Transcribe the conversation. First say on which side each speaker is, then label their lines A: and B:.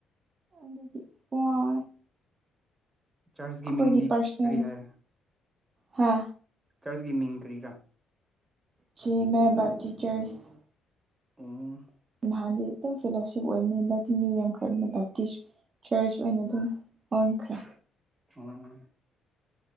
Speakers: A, on the right; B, on the right.
A: ꯑꯗꯨꯒꯤ ꯋꯥꯏ
B: ꯆꯥꯔꯆꯀꯤ
A: ꯑꯩꯈꯣꯏꯒꯤ
B: ꯃꯤꯡꯗꯤ
A: ꯄꯥꯔꯁꯣꯅꯦꯜ
B: ꯀꯔꯤ ꯍꯥꯏꯔꯦ
A: ꯍꯥ
B: ꯆꯔꯆꯀꯤ ꯃꯤꯡ ꯀꯔꯤꯔꯥ
A: ꯁꯤ ꯑꯦꯝ ꯑꯦ ꯕꯥꯔꯇꯤ ꯆꯔꯆ
B: ꯎꯝ
A: ꯅꯍꯥꯟꯗꯤ ꯑꯗꯨꯝ ꯐꯦꯂꯣꯁꯤꯞ ꯑꯣꯏꯕꯅꯦ ꯍꯟꯗꯛꯇꯤ ꯃꯤ ꯌꯥꯝꯈ꯭ꯔꯥꯕꯅꯤꯅ ꯕꯇꯤꯁ ꯆꯔꯁ ꯑꯣꯏꯅ ꯑꯗꯨꯝ ꯑꯣꯟꯈ꯭ꯔꯦ
B: ꯎꯝ